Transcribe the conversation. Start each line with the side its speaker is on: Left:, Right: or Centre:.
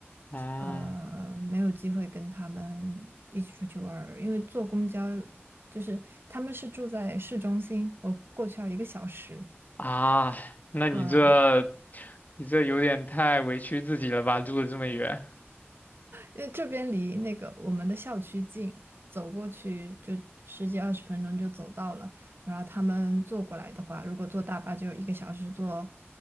Left: 嗯
Right: 呃，没有机会跟他们一起出去玩儿，因为坐公交就是他们是住在市中心，我过去要一个小时
Left: 啊，那你这
Right: 啊，
Left: 你这有点太委屈自己了吧？住的这么远，
Right: 因为这边离那个我们的校区近，走过去就十几二十分钟就走到了。然后他们坐过来的话，如果坐大巴就一个小时坐，